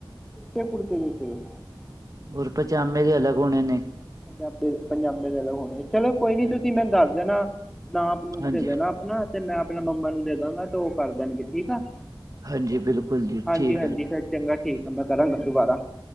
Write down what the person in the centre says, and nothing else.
ਕੁੜਤੇ- ਕੁੜਤੇ ਦੇ ਸੀਰਫ।
ਪੰਜਾਬੀ ਪੰਜਾਮੇ ਦੇ ਅਲਗ ਹੋਣੇ। ਚਲੋ ਕੋਈ ਨੀ ਤੁਸੀਂ ਮੈਨੂੰ ਦਸ ਦੇਣਾ ਨਾਪ- ਨੂਪ
ਦੇ ਦੇਣਾ। ਤੇ ਮੈਂ ਆਪਣਾ ਮੰਮਾ ਨੂੰ ਦੇ ਦਾਂਗਾ, ਤੇ ਉਹ ਕਰ ਦੇਣਗੇ ਠੀਕ ਆ।
ਹਾਂਜੀ-
ਹਾਂਜੀ
ਫੇਰ ਚੰਗਾ ਠੀਕ ਆ, ਮੈਂ ਕਰਾਂਗਾ ਦੁਬਾਰਾ।